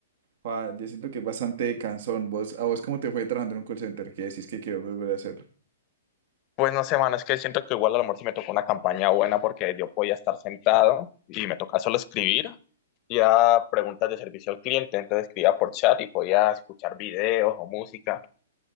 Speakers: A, on the right; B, on the left.
A: ah, yo siento que es bastante cansón. ¿Vos, a vos cómo te fue trabajando en un call center? ¿Qué decís que quiero volver a hacerlo?
B: Pues no sé, man, es que siento que igual a lo mejor sí me tocó una campaña buena porque yo podía estar sentado y me tocaba solo escribir y a preguntas de servicio al cliente, entonces escribía por chat y podía escuchar videos o música.